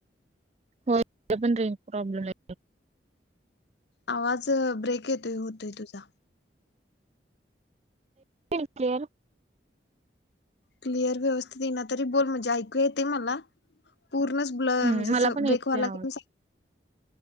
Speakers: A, on the right (about 35°); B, on the left (about 70°).
A: होय इथे पण रे प्रॉब्लेम हाये.
B: आवाज ब्रेक येतोय होतोय तुझा.
A: <unintelligible> क्लिअर.
B: क्लिअर व्यवस्थित ईना, तरी बोल. म्हणजे ऐकू येते मला. पूर्णच् ब्ल
A: हम्म
B: म्हणजे असं
A: मला पण
B: ब्रेक
A: येतोय
B: व्हाला
A: आवाज
B: की, सांग